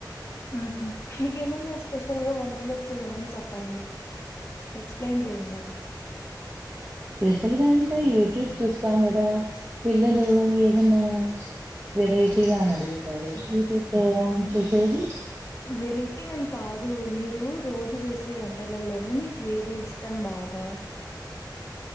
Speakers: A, on the left; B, on the right.
A: ఆహ్ మీకేమన్న స్పెషల్గా వంటలు వచ్చేఏమన్న చెప్పండి. ఎక్స్ప్లెయిన్ చేయండి అవి.
B: స్పెషల్గా అంటే యూట్యూబ్ చుస్తాం గద పిల్లలు ఏదన్నా వెరైటిగ అని అడుగుతారు యూట్యూబ్లొ చెసెది
A: వెరైటీ కాని కాదు మీరు రోజు చేసే వంటలలోనే మీకు ఏది ఇష్టం బాగా.